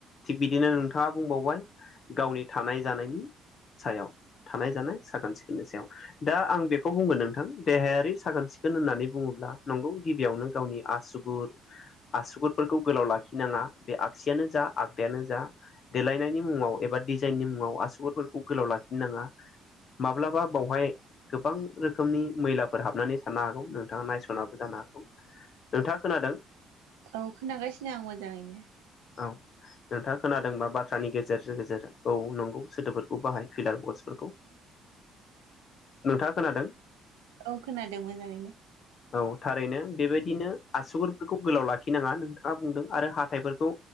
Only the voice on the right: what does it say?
औ खोनागासिनो आं मोजाङैनो
औ खोनादों मोजाङैनो